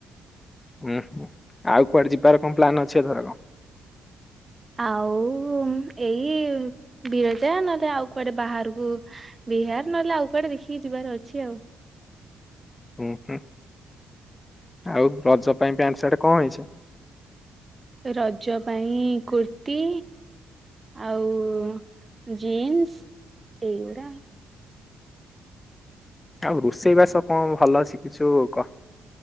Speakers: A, on the left; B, on the right.
A: ଉୁଁ ହୁଁ ଆଉ କୁଆଡେ ଯିବାର କଣ ପ୍ଲନ୍ ଅଛି ଏଘରକ?
B: ଆଉ ଏଇ ବିରଜା ନହେଲେ ଆଉ କୁଆଡେ ବାହାରକୁ ବିହାର ନହେଲେ ଆଉ କୁଆଡେ ଦେଖିକି ଯିବାର ଅଛି ଆଉ।
A: ଓଁ ହୁଁ ଆଉ ରଜ ପାଇଁ ପ୍ୟାଣ୍ଟ ସାର୍ଟ କଣ ହେଇଛି?
B: ରଜ ପାଇଁ କୁର୍ତି ଆଉ ଜିନ୍ସ ଏଇଗୁଡା।
A: ଆଉ ରୋଷେଇ ବାସ କଣ ଭଲ ଶିଖିଛୁ କହ?